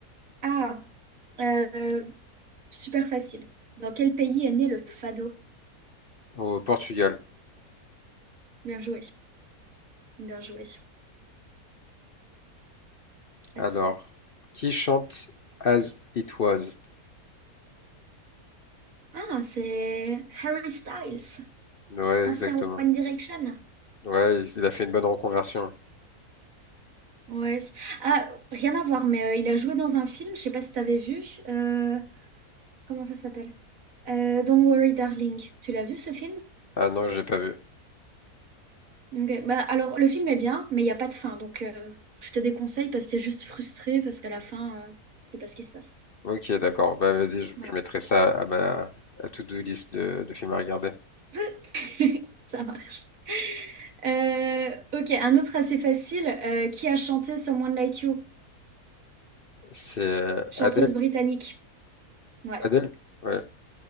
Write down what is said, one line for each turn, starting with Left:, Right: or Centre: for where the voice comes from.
Right: Ah, euh, super facile. Dans quel pays est né le fado?
Left: Au Portugal.
Right: Bien joué, bien joué. À
Left: Alors,
Right: toi.
Left: qui chante As It Was?
Right: Ah, c'est Harry Styles.
Left: Ouais,
Right: Ancien
Left: exactement.
Right: One Direction?
Left: Ouais, il il a fait une bonne reconversion.
Right: Ouais. Ah, rien à voir, mais euh, il a joué dans un film, je sais pas si t'avais vu. euh, comment ça s'appelle? Euh, Don't Worry Darling. Tu l'as vu ce film?
Left: Ah non, je l'ai pas vu.
Right: Ok. Bah, alors, le film est bien, mais il n'y a pas de fin. Donc, euh, je te déconseille parce que t'es juste frustré parce qu'à la fin, euh, c'est pas ce qui se passe.
Left: Ok, d'accord. Bah vas-y, je,
Right: Voilà.
Left: je mettrai ça à ma à to-do list de, de films à regarder.
Right: <laughs> Ça marche. Euh, ok, un autre assez facile. euh, qui a chanté Someone Like You?
Left: C'est euh,
Right: Chanteuse
Left: Adele?
Right: britannique. Ouais,
Left: Adele? Ouais.